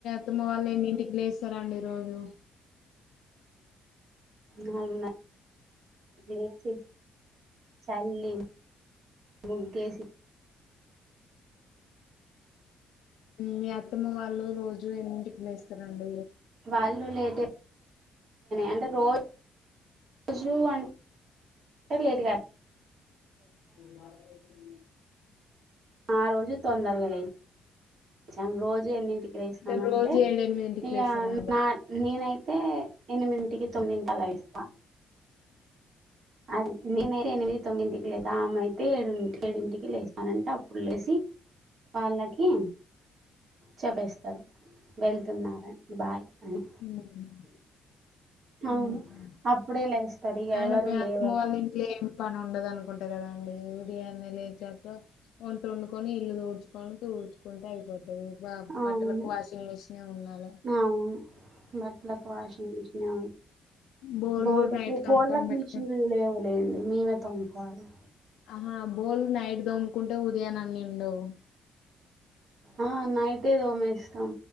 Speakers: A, on the left; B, on the right.
A: మార్నింగ్ మీరు అన్నింటికి లేస్తారండి రోజు
B: నాలుగున్నరకు లేసి చల్లి ముగ్గేసి
A: మీ అత్త మ వాళ్ళు రోజు ఎంనిమిడి వస్తారండి
B: వాళ్ళు లెటే అంటే రోజు రోజు అంటే లెట్గా
A: మాట మ్
B: ఆ రోజు తొందరగా లేచాం రోజు ఎన్నింటి లేస్తామంటే
A: అంటే రోజు ఏడెనిమిదింటికి
B: ఇగ
A: లేస్తారా అండి
B: నా నేనై అయితే ఎనిమిదింటికి తొమ్మిదింటికి అల లేస్తా అది నేనైతే ఎనిమిది తొమ్మిదింటికి లేస్తా అమె అయితే ఏడింటి ఏడింటికి లేస్తానంటే అ ప్పుడు లేసి వాళ్ళకి చెపేస్తారు వెళ్తున్నారని బాయ్ అని
A: మ్మ్
B: అవును
A: మ్మ్
B: అప్పుడే లేస్తారు ఇగ
A: అయిన
B: ఎవరు
A: మీ అత్తమ్మ
B: లేవరు
A: వాళ్ళ ఇంట్లో ఏమి పని ఉండదు అను కుంట కదండి ఉదయాన్నే లేచాక వంట వండుకొని ఇల్లు తూడ్చుకొని తూడ్చుకుంటే అయిపోతుంది మ్ బా బట్టలకు
B: అవును
A: వాషింగ్ మిషినే ఉన్నాలి
B: అవును బట్టలకు వాషింగ్ మిషిన్ ఏ
A: బోళ్ళు
B: బోళకు
A: నైట్ తోముకొని
B: బోళ్ళలకు
A: పెట్టుకుంట
B: మిషిన్ లేవు లేండి మీ తొముకోవాలి
A: ఆహా బోల్ నైట్ తోముకుంటే ఉదయాన అన్ని ఉండవు
B: ఆ నైటే తోమెస్తాం